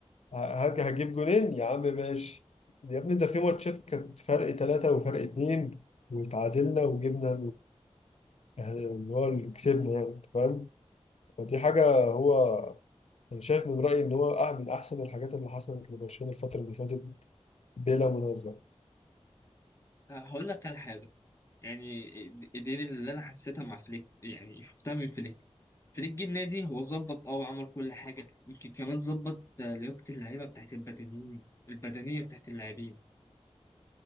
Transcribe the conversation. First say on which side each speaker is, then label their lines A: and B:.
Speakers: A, on the left; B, on the left.
A: ه- هات
B: بس
A: هتجيب جونين يا عم ماشي يا ابني ده في ماتشات كانت فرق ثلاثة وفرق اتنين واتعادلنا وجبنا يعني اللي هو اللي كسبني يعني انت فاهم فدي
B: مم.
A: حاجة هو انا شايف من رأيي ان هو أه- من احسن الحاجات اللي حصلت لبرشلونة الفترة اللي فاتت بلا منازع
B: هقول لك على حاجه يعني إيه، دي دي اللي انا حسيتها مع فليك يعني شفتها من فليك فريق النادي هو ظبط اه وعمل كل حاجة يمكن كمان ظبط آه، لياقة اللعيبة بتاعت البدنيين البدنية بتاعت اللاعبين